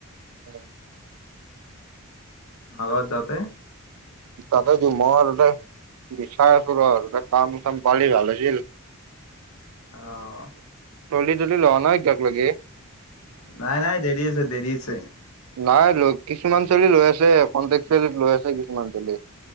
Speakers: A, on the right; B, on the left.
A: উম।
B: নগাঁৱত যাওঁতে।
A: তাকেই দিওঁ মই আৰু বিচাই আচু ৰ কাম চাম পালি ভাল আছিল।
B: আহ।
A: ছোৱালী -তোৱালি লোৱা নাই এতিয়াক লাগি।
B: নাই -নাই দেৰি আছে দেৰি আছে।
A: নাই লৈ কিছুমান ছোৱালী লৈ আছে কণ্টেক্ট ছোৱালীত লৈ আছে। মালটোলি